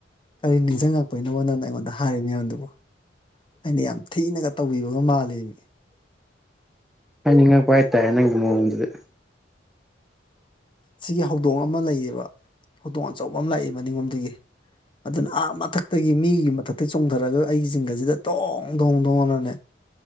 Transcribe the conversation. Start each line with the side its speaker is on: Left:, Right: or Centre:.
Left: ꯀꯔꯤ ꯅꯤꯡꯁꯤꯡꯉꯛꯄꯣꯏꯅꯣ ꯅꯪꯅ ꯑꯩꯉꯣꯟꯗ ꯍꯥꯏꯔꯤꯅꯦꯗꯨꯕꯨ ꯑꯩꯅ ꯌꯥꯝ ꯊꯤꯅꯒ ꯇꯧꯕꯤꯕꯒ ꯃꯥꯜꯂꯤꯕꯅꯤ
Centre: ꯍꯥꯏꯅꯤꯡꯉꯛꯄ ꯍꯥꯏꯇꯥꯔꯦ ꯅꯪꯒꯤ ꯃꯑꯣꯡꯗꯨꯗꯤ
Left: ꯁꯤꯒꯤ ꯍꯧꯗꯣꯡ ꯑꯃ ꯂꯩꯌꯦꯕ ꯍꯧꯗꯣꯡ ꯑꯆꯧꯕ ꯑꯃ ꯂꯥꯛꯏ ꯃꯅꯤꯡꯉꯣꯝꯗꯒꯤ ꯑꯗꯨꯅ ꯑꯥ ꯃꯊꯛꯇꯒꯤ ꯃꯤꯒꯤ ꯃꯊꯛꯇ ꯆꯣꯡꯊꯔꯒ ꯑꯩꯒꯤ ꯖꯤꯡꯒꯥꯁꯤꯗ ꯇꯣꯡ ꯗꯣꯡ ꯇꯣꯡꯑꯅꯅꯦ